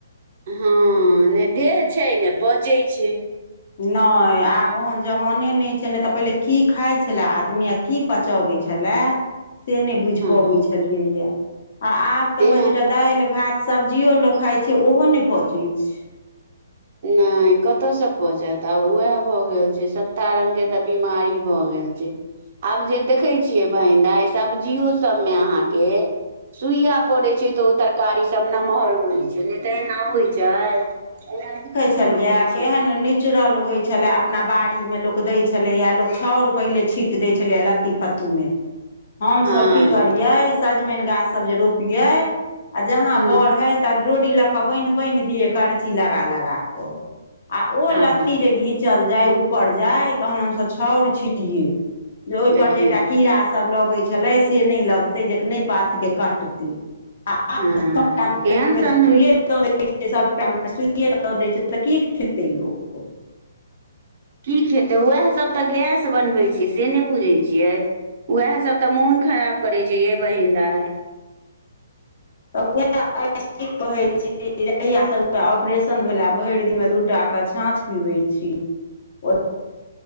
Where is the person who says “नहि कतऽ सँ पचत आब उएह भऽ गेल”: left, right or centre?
Right